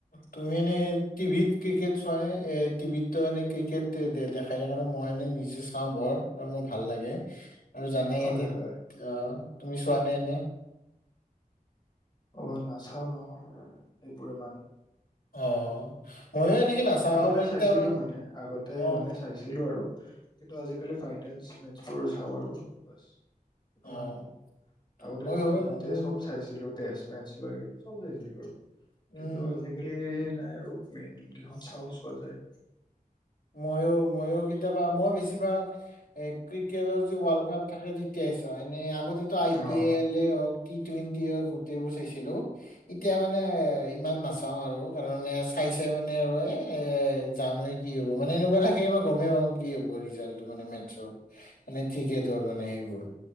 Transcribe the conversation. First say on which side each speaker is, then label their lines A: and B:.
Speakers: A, on the left; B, on the left.
A: তুমি এনে টিভিত ক্ৰিকেট মানে এ টিভিতো এনে ক্ৰিকেট দেখাই কাৰণ মই এনে নি- চাওঁ বৰ আৰু মোৰ ভাল লাগে আৰু জানাই
B: হয়
A: ইয়াতে
B: হয়
A: আহ তুমি চোৱা নে এনে
B: অ নাচাও নহয় এইবোৰ ইমান
A: অ ময়ো এনেকে নাচাও
B: আগতে
A: মই কেতিয়াবা
B: চাইছিলো মানে আগতে
A: অ
B: মানে চাইছিলো আৰু কিন্তু আজিকালি ফাইনেল মেচ বোৰ চাওঁ আৰু, বছ
A: অ
B: ইমান আগতেটো
A: হয় হয় উম
B: গোটেই চব চাইছিলো তেজ মেটছ লৈ কিনে চব চাইছিলো আৰু
A: উম
B: কিন্তু আজিকালি নাই আৰু মেইন গিহত চাওচোৱা যায়
A: মইও মইও কেতিয়াবা মই বেছিভাগ এ ক্ৰিকেটৰ যি ৱাৰ্ল্ড কাপ থাকে কেছ এনে আগতেটো আই
B: অ
A: পি
B: হয়
A: এলে এ হওক টুৱেন্টি অ গোটেইবোৰ চাইছিলো এতিয়া মানে ইমান নাচাও আৰু কাৰ চাই চাই মানে আৰু এ এ জানুৱাৰী কি হব মানে এনেকুৱা থাকে মই গমেই পাওঁ কি হব ৰিজাল্টটো মানে মে মানে মেটছৰ, ক্ৰিকেটৰ মানে সেইবোৰ